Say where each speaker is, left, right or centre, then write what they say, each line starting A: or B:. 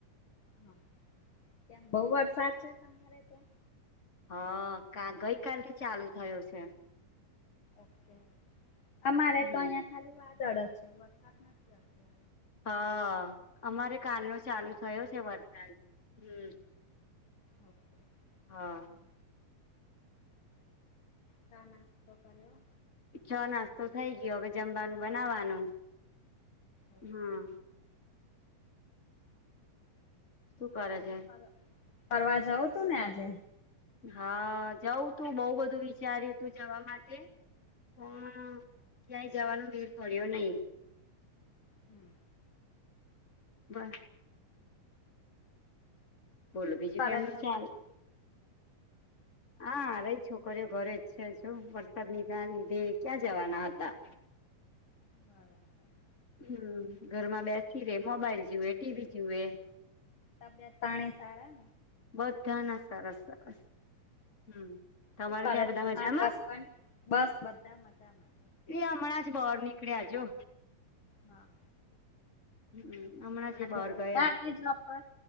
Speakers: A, on the left; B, on the left.
A: હા ત્યા બહુ વરસાદ છે તમારે ત્યાં?
B: હા ગઈકાલથી ચાલુ થયો છે.
A: ઓકે અમારે
B: હમ
A: તો અહિયાં ખાલી વાદળ જ છે વરસાદ નથી.
B: હ અમારે કાલનો ચાલુ થયો છે વરસાદ હમ
A: ઓકે
B: હા
A: શું ચા નાસ્તો કર્યો?
B: ચા નાસ્તો થઇ ગયો હવે જમવાનું બનાવવાનું
A: ઓકે.
B: હમ શું કરે
A: તો આજે
B: છે
A: ફર ફરવા જઉું તું ને આજે
B: હા જઉં તું બહુ બધું વિચાર્યું તું જવા માટે પણ ક્યાંય જવાનું મેળ પડ્યો નહીં.
A: હમ
B: બસ બોલો
A: શું
B: બીજું
A: ચાલે
B: કેમનું
A: તમારે?
B: ચાલ હા રહી છોકરીઓ ઘરે છે વરસાદ ના લીધે ક્યાં જવાના હતા
A: હા
B: હમ ઘરમાં બેસી રે મોબાઈલ જુએ ટીવી જુએ
A: તબીયત પાણી સારા?
B: બધાને સરસ સરસ તમારે
A: શું કરે
B: ત્યાં
A: તમારા
B: બધા મજામાં?
A: હસબન્ડ? બસ બધા મજામાં. છે.
B: હમણાં જ બહાર નીકળ્યાજો
A: હા
B: હમ
A: અને
B: હમણા
A: કેમ આજે
B: જે બહાર
A: રજા
B: ગયા.
A: હતી જોબ પર?